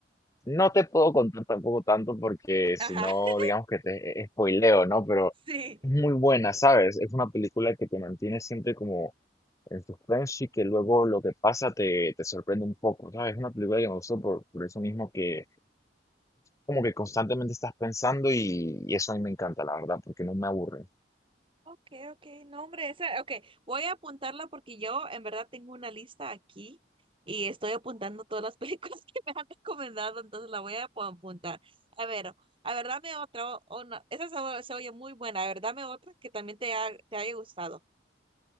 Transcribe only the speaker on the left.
no te puedo contar tampoco tanto porque
si no,
digamos que te e-, spoileo, ¿no? Pero
es muy buena, ¿sabes? Es una película que te mantiene siempre como en suspenso y que luego lo que pasa te, te sorprende un poco, ¿sabes? Es una película que me gustó por, por eso mismo que como que constantemente estás pensando y, y eso a mí me encanta, la verdad, porque no me aburre.